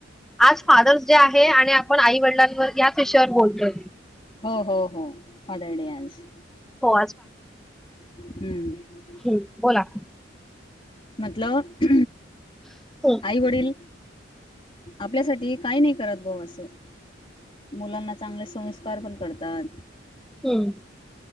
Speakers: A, in the centre; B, on the left.
A: आज फादर्स डे आहे आणि आपण आई वडिलांवर याच विषयावर बोलतोय
B: हो हो हो फादरडे आज
A: हो
B: हम्म
A: ह बोला
B: मतलब
A: हम्म
B: आई वडील आपल्यासाठी काही नाही करत भाऊ असं तो मुलांना चांगले संस्कार पण करतात दान
A: हम्म.